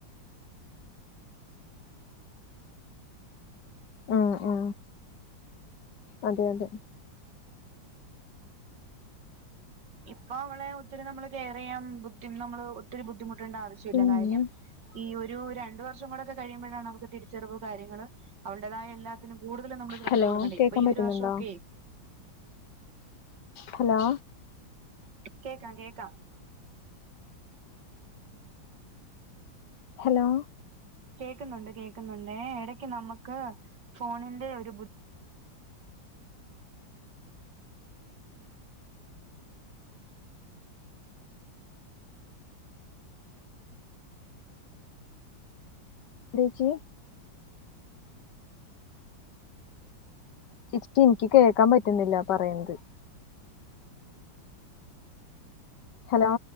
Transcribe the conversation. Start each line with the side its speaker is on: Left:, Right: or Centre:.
Left: ആ ആ അതെ അതെ
Right: ഇപ്പൊ അവളെ ഒത്തിരി നമ്മള് കെയർ ചെയ്യാൻ ബുദ്ധി നമ്മള് ഒത്തിരി ബുദ്ധിമുട്ടണ്ട ആവശ്യമില്ല
Left: പിന്നെ
Right: കാര്യം ഈ ഒരു രണ്ട വർഷം കഴിയുമ്പോഴാണ് നമുക്ക് തിരിച്ചറിവ് കാര്യങ്ങൾ അവരുടതായ എല്ലാ അതിന് കൂടുത നമ്മ ശ്രദ്ധ
Left: ഹലോ
Right: കൊടുക്കണ്ട
Left: കേക്കാൻ
Right: ഇപ്പൊ ഈ
Left: പറ്റുന്നുണ്ടോ
Right: ഒരു വർഷം ഒക്കെ
Left: ഹലോ
Right: കേക്കാം കേക്കാം
Left: ഹലോ
Right: കേൾക്കുന്നുണ്ട് കേൾക്കുന്നുണ്ട് ഇടക്ക് നമുക്ക് ഫോണിന്റെ ഒരു
Left: എന്ത് ചേച്ചി ജസ്റ്റ്‌ എനിക്ക് കേൾക്കാൻ പറ്റുന്നില്ല പറയുന്നത് ഹലോ